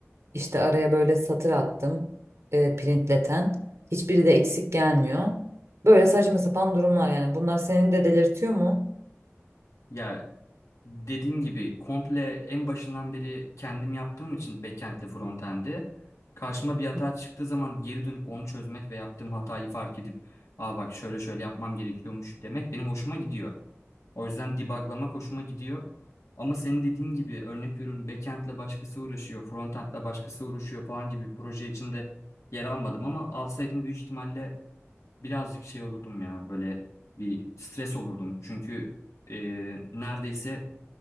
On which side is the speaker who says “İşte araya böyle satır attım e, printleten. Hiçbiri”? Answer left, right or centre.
Right